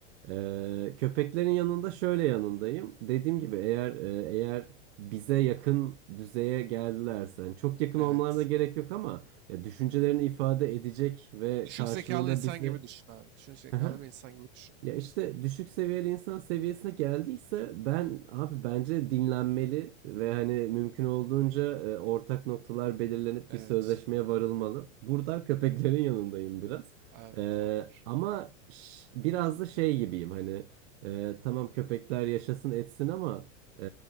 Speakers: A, on the right (about 60°); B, on the right (about 30°).
A: Ee, köpeklerin yanında şöyle yanındayım. Dediğim gibi eğer e, eğer bize yakın düzeye geldilerse. Yani çok yakın
B: Evet.
A: olmalarına gerek yok ama ya düşüncelerini ifade edecek ve
B: Düşük
A: karşılığında
B: zekalı insan
A: bizi
B: gibi düşün abi. Düşük zekalı
A: <laughs>
B: bir insan gibi düşün.
A: Ya işte düşük seviyeli insan seviyesine geldiyse ben abi bence dinlenmeli ve hani mümkün olduğunca e, ortak noktalar belirlenip
B: Evet.
A: bir sözleşmeye varılmalı. Buradan köpeklerin yanındayım biraz.
B: Abi
A: E,
B: tamamdır.
A: ama ş- biraz da şey gibiyim hani e, tamam köpekler yaşasın etsin ama e,